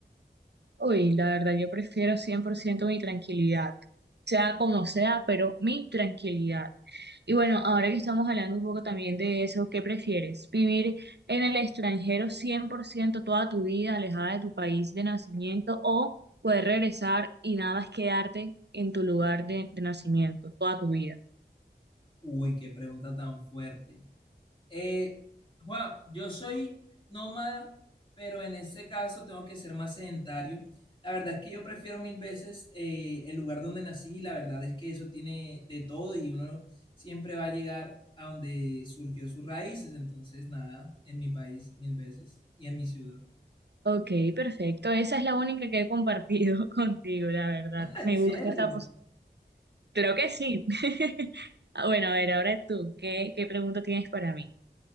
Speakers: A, on the right; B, on the left.
A: Uy, la verdad, yo prefiero 100% mi tranquilidad, sea como sea, pero mi tranquilidad. Y bueno, ahora que estamos hablando un poco también de eso, ¿qué prefieres? ¿Vivir en el extranjero 100% toda tu vida, alejada de tu país de nacimiento, o poder regresar y nada más quedarte en tu lugar de, de nacimiento toda tu vida?
B: Uy, qué pregunta tan fuerte. Eh, Juan, yo soy nómada, pero en ese caso tengo que ser más sedentario. La verdad es que yo prefiero mil veces eh, el lugar donde nací. La verdad es que eso tiene de todo y uno siempre va a llegar a donde surgió sus raíces. Entonces, nada, en mi país mil veces y en mi ciudad.
A: Ok, perfecto. Esa es la única que he compartido <laughs> contigo, la verdad.
B: <laughs> ¿En
A: Me
B: serio?
A: gusta esta Creo que sí. <laughs> Ah, Bueno, a ver, ahora tú, ¿qué, qué pregunta tienes para mí?